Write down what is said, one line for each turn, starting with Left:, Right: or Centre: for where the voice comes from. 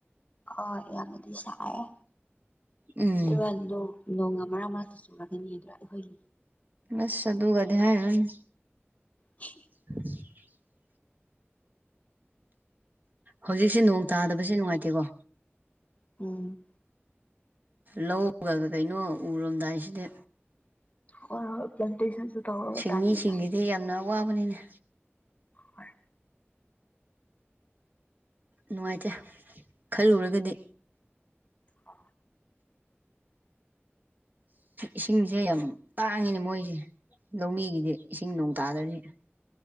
Left: ꯑꯣ ꯌꯥꯝꯅꯗꯤ ꯁꯥꯌꯦ
Right: ꯎꯝ
Left: ꯀ ꯂꯣꯡ ꯂꯣꯡꯔ ꯑꯃ ꯆꯒꯅꯤꯗ ꯍꯣꯏ
Right: ꯑꯁꯥ ꯑꯗꯨꯒꯗꯤꯅꯅꯤ
Left: ꯎ
Right: <unintelligible> ꯍꯧꯖꯤꯛꯁꯦ ꯅꯣꯡ ꯇꯥꯗꯕꯁꯦ ꯅꯨꯡꯉꯥꯏꯇꯦꯀꯣ
Left: ꯎꯝ
Right: ꯂꯧꯒꯒ ꯀꯩꯅꯣ ꯎꯔꯝꯗꯥꯏꯁꯤꯗꯤ
Left: ꯍꯣꯏ ꯍꯣꯢ ꯄ꯭ꯂꯥꯟꯇꯦꯁꯟꯁꯨ ꯇꯧꯔꯒ
Right: ꯁꯤꯡꯃꯤꯁꯤꯡꯒꯤꯗꯤ
Left: ꯇꯥꯅꯤꯅ
Right: ꯌꯥꯝꯅ ꯋꯥꯕꯅꯤꯅ
Left: ꯍꯣꯏ
Right: ꯅꯨꯡꯉꯥꯏꯇꯦ ꯈꯜꯂꯨꯔꯒꯗꯤ
Left: ꯑ
Right: ꯏꯁꯤꯡꯁꯦ ꯌꯥꯝ ꯇꯥꯡꯉꯤꯅꯦ ꯃꯣꯏꯁꯦ ꯂꯧꯃꯤꯒꯤꯗꯤ ꯏꯁꯤꯡ ꯅꯣꯡ ꯇꯥꯗꯧꯔꯤꯁꯦ